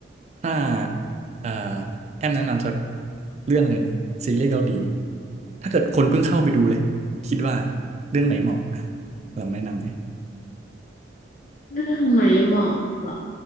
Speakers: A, on the right; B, on the left.
A: ถ้าเอ่อแอมแนะนำสักเรื่องหนึ่งซีรีส์เกาหลีถ้าเกิดคนเพิ่งเข้าไปดูเลยคิดว่าเรื่องไหนเหมาะอ่ะลองแนะนำเลย
B: เรื่องไหนเหมาะเหรอ